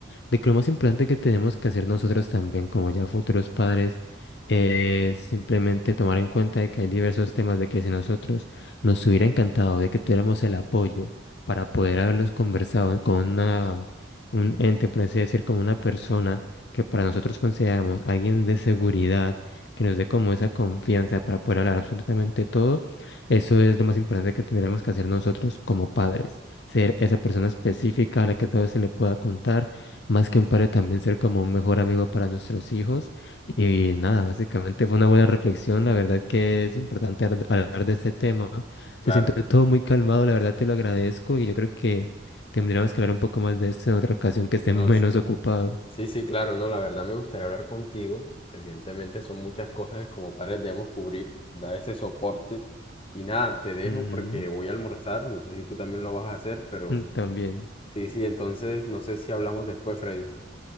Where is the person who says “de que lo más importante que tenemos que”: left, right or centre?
Left